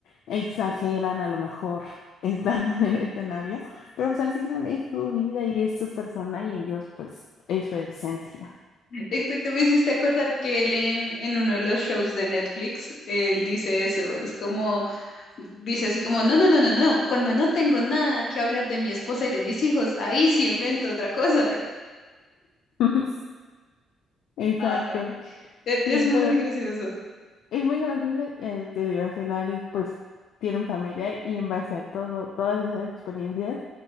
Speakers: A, on the left (about 80°); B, on the left (about 65°).
A: exageran a lo mejor <laughs> estando en el escenario, pero pues al final es su vida y es su persona y ellos pues es su esencia.
B: exacto, me hiciste acordar que él en, en uno de los shows de Netflix, él dice eso, es como... dice así como, no, no, no, no, no, cuando no tengo nada que hablar de mi esposa y de mis hijos, ahí sí invento otra cosa. Y yo,
A: <laughs> Exacto.
B: ay, e-
A: Sí,
B: es, muy
A: pero
B: gracioso.
A: es muy gracioso y eh, te digo, al final pues tienen familia y en base a todo, todas esas experiencias